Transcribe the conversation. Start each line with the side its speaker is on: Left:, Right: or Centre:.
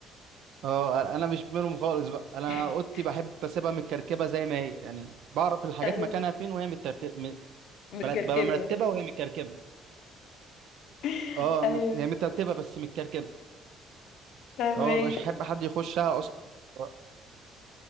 Right: اه انا أنا مش منهم خالص بقى انا
Left: <laughs>
Right: اوضتي بحب اسيبها متكركبه زي ما هي يعني بعرف الحاجات
Left: أيوة
Right: مكانها فين وهي مترتب م-
Left: متكركبة
Right: برت- ببقى مرتبه وهي متكركبه
Left: <laughs>
Right: اه
Left: أيوة
Right: مت... هي مترتبه بس متكركبه
Left: فاهمك
Right: اه مبقاش احب حد يخشها اصلا اه